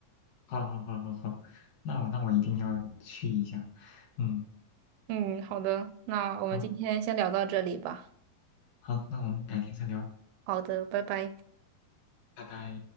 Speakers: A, on the left; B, on the right.
A: 好好好好好，那我那我一定要去一下。嗯，
B: 嗯，好的，那我们今天先聊到这里吧。
A: 好好，那我们改天再聊，
B: 好的，拜拜。
A: 拜拜。